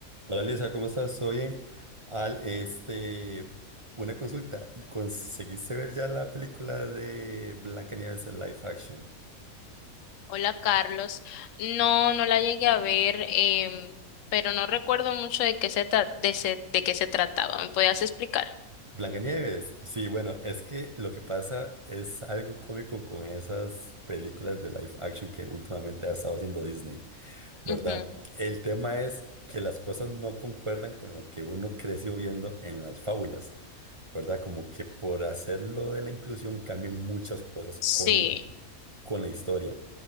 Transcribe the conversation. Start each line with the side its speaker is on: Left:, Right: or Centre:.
Right: Hola, Lisa, ¿cómo estás? ¿Todo bien? Al, este, una consulta. ¿Conseguiste ver ya la película de Blancanieves en live action?
Left: Hola Carlos, no, no la llegué a ver, em, pero no recuerdo mucho de qué se tra- de, se- de qué se trataba. ¿Me podías explicar?
Right: Blancanieves, sí, bueno, es que lo que pasa es algo cómico con esas películas de live action que últimamente ha estado haciendo Disney, ¿verdad?
Left: Ujú.
Right: El tema es que las cosas no concuerdan con lo que uno creció viendo en las fábulas. ¿verdad? Como que por hacerlo de la inclusión cambian muchas cosas
Left: Sí,
Right: con, con la historia.